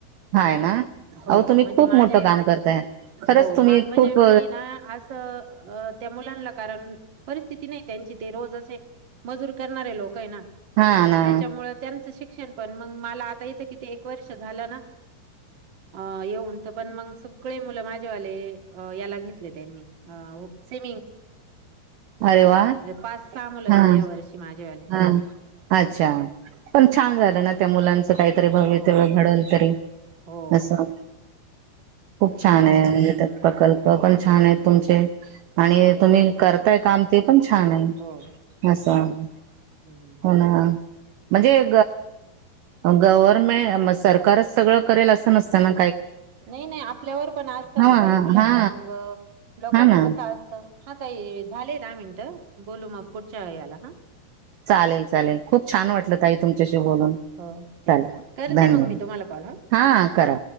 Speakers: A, on the right; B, on the right.
A: <inaudible> हाय ना
B: <inaudible> हो
A: अहो तुम्ही
B: म्हणजे
A: खूप
B: माझे
A: मोठं काम करताय खरंच
B: हो
A: तुम्ही
B: म्हणजे
A: खूप
B: मी ना अस <inaudible> मुलांना कारण परिस्थिती नाही त्यांची ते रोज असे मजूर करणारे लोक आहे ना
A: हा
B: <inaudible>
A: ना
B: त्याच्यामु त्यांचं शिक्षण पण मग मला आता इथं किती एक वर्ष झालं ना <inaudible> अ येऊन तर पण मग सगळे मुलं माझेवाले याला घेतले त्यांनी <inaudible> स इ
A: अरे वा
B: पाच स
A: हा
B: गे वर्ष <inaudible> माझ्यावाले
A: हा <inaudible> अच्छा पण छान झालं ना त्या मुलांचं काहीतरी भवित्य
B: हो,
A: घडल तरी <inaudible>
B: हो.
A: अचछा <inaudible> खूप
B: त्याच्यामुळे
A: छान आहे
B: मग
A: म्हे
B: हं.
A: प्रकल्प पण छान आहेत तुमचे आणि तुम्ही करताय <inaudible> काम ते पण छान आहे
B: हो,
A: असंणा
B: हं.
A: <inaudible> म्हणजे गव्हर्में सरकारच सगळं करेल असं नसताना
B: <inaudible> नाही नाही आपल्यावर पण असत
A: हा
B: ना तई मुलांना
A: हा
B: मग लोकांच
A: हा ना
B: कसं असत <inaudible> हा तई झालेय दहा मिनिटं बोलू मग पुढच्या वे याला हा
A: <inaudible> चालेल चालेल खूप छान वाटल ताई तुमच्याशी बोलून
B: <inaudible> ठीक
A: चालेल
B: आहे क करते
A: धन्यवाद
B: मग मी तुम्हाला कॉ
A: हा करा